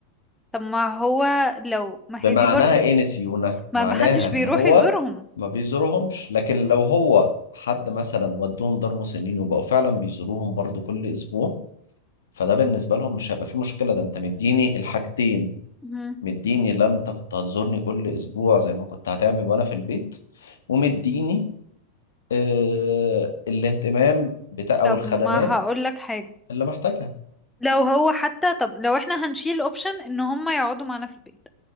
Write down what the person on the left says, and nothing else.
بمعناها
ايه نسيونا
معناها
ان هو
ما بيزورهمش لكن لو هو حد مثلا ودوهم دار مسنين وبقوا فعلا بيزوروهم برضو كل اسبوع فده بالنسبة لهم مش هيبقى فيه مشكلة ده انت مديني الحاجتين
مديني اللي انت كنت هتزورني كل اسبوع زي ما كنت هتعمل وانا في البيت ومديني آه، الاهتمام بتاع او
الخدمات
اللي محتاجها